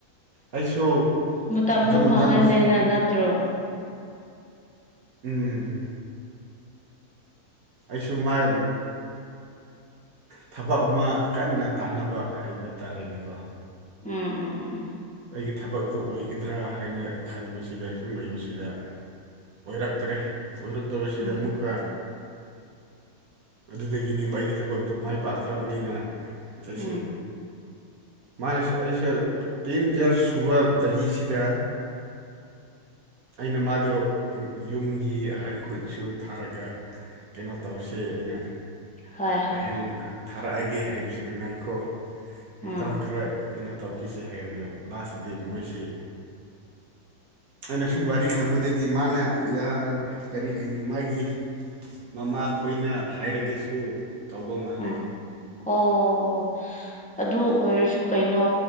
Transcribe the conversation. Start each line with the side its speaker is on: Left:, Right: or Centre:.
Right: ꯑꯩꯁꯨ
Centre: ꯃꯇꯝꯁꯨ
Right: ꯑꯗꯨ ꯃꯇꯝꯁꯤ
Centre: ꯃꯥꯡꯍꯜꯂꯦꯅ ꯅꯠꯇ꯭ꯔꯣ
Right: ꯎꯝ ꯑꯩꯁꯨ ꯃꯥꯥꯏ ꯊꯕꯛ ꯑꯃ ꯀꯟꯅ ꯇꯥꯟꯅꯕ ꯍꯥꯏꯕ ꯇꯥꯔꯦꯅꯦꯀꯣ
Centre: ꯎꯝ ꯎꯝ ꯎꯝ ꯎꯝ
Right: ꯑꯩꯒꯤ ꯊꯕꯛꯇꯨ ꯑꯣꯏꯒꯗ꯭ꯔꯥ ꯍꯥꯏꯅ ꯈꯟꯕꯁꯤꯗ <unintelligible> ꯂꯩꯕꯁꯤꯗ ꯑꯣꯏꯔꯛꯇ꯭ꯔꯦ ꯑꯣꯏꯔꯛꯇꯕꯁꯤꯗ
Centre: ꯎꯝ
Right: ꯑꯃꯨꯛꯀ ꯑꯗꯨꯗꯒꯤꯅꯦꯕ ꯑꯩꯒꯤ ꯊꯕꯛꯇꯣ ꯃꯥꯏ ꯄꯥꯛꯇ꯭ꯔꯕꯅꯤꯅ ꯑꯩꯁꯨ
Centre: ꯎꯝ ꯎꯝ
Right: ꯃꯥꯅꯁꯨ ꯑꯩꯁꯨ ꯄꯦꯟ ꯖꯔꯁ ꯁꯨꯕ ꯆꯍꯤꯁꯤꯗ ꯑꯩꯅ ꯃꯥꯗꯣ ꯌꯨꯝꯒꯤ ꯑꯍꯟ ꯈꯨꯠꯁꯨ ꯊꯥꯔꯒ ꯀꯩꯅꯣ ꯇꯧꯁꯦ ꯑꯩꯅ
Centre: ꯍꯣꯏ ꯍꯣꯏ
Right: <unintelligible> ꯊꯥꯔꯛꯑꯒꯦ ꯍꯥꯏꯕꯁꯤꯗ ꯉꯥꯏꯈꯣ
Centre: ꯎꯝ
Right: ꯃꯇꯝ ꯈꯔ ꯍꯦꯟꯅ ꯇꯧꯈꯤꯁꯦ ꯍꯥꯏꯔꯒ ꯂꯥꯁꯇꯗꯤ ꯃꯣꯏꯁꯤ ꯑꯩꯅ ꯁꯨꯝ ꯋꯥꯔꯤ ꯈꯪꯕꯗꯗꯤ ꯃꯥꯅ ꯀꯔꯤ ꯍꯩꯅꯤ ꯃꯥꯒꯤ ꯃꯃꯥ ꯈꯣꯏꯅ ꯍꯥꯏꯔꯒꯁꯨ ꯇꯧꯕ ꯃꯥꯜꯂꯦ
Centre: ꯎꯝ ꯑꯣ ꯑꯣ ꯑꯗꯨ ꯑꯣꯏꯔꯁꯨ ꯀꯩꯅꯣ